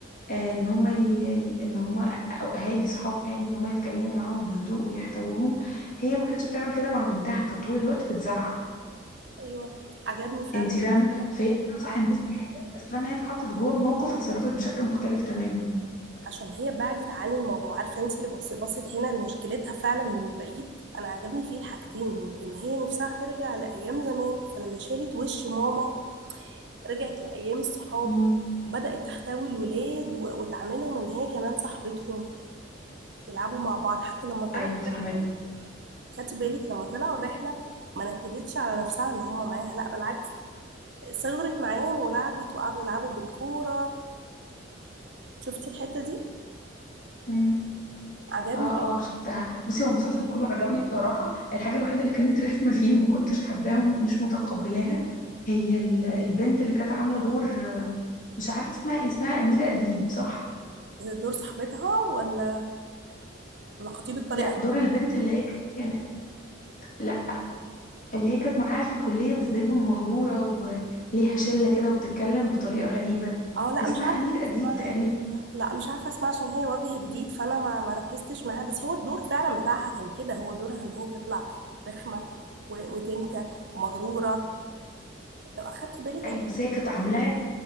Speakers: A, on the left (about 40°); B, on the right (about 60°).
A: آه، ان هما ي... ان هما او اهالي صحابها يعني ان هما يتكلموا معاهم بهدوء ويحتوهم هي ما كانتش بتعمل كده مع بنتها كانت طول الوقت بتزعق
B: ايوه عجبني فعلا
A: انت فاهمه
B: فعلا
A: فهي بتنصح
B: آه.
A: الناس بحاجه بس لما هي اتحطت جوه الموقف اتصرفت بشكل مختلف تماما
B: عشان هي بعدت عن الموضوع عارفة انت اللي بص- بصت هنا لمشكلتها فعلا من بعيد انا عجبني فيه الحاجتين دول ان هي نفسها ترجع لأيام زمان فلما شالت وش ماما رجعت لأيام الصحاب
A: مم.
B: بدأت تحتوي الولاد و- وتعاملهم ان هي كمان صاحبتهم بيلعبوا مع بعض حتى لما طلع
A: ايوه فاهمك
B: الرحله خدتي بالك لما طلعوا الرحله ما نكدتش على نفسها ان هم معاها لا بالعكس صغرت معاهم ولعبت وقعدوا يلعبوا بالكوره شفتي الحته دي
A: امم
B: عجبني
A: اه اه شفتها بصي هو المسلسل كله عجبني بصراحه الحاجه الوحيده اللي كانت رخمه فيه وما كنتش حباها ومش متقبلاها هي ال- البنت اللي كانت عامله دور مش عارفه اسمها ايه اسمها اميره اديب صح
B: دور صاحبتها ولا ولا خطيب الطليقه
A: لا دور البنت اللي هي كانت لا اللي هي كانت معاها في الكليه بس دايما مغروره وليها شله كده وبتتكلم بطريقه غريبه
B: اه لا
A: اسمها
B: مش
A: امير
B: عارفه اسمها
A: اديب تقريبا
B: هي لا مش عارفه اسمها عشان هي وجه جديد فانا ما ما ركزتش معاها بس هو الدور فعلا بتاعها كان كده هو دورها ان هي تطلع رخمه و- وتنكه ومغروره لو اخدتي بالك
A: ايوه بس هي كانت عاملاه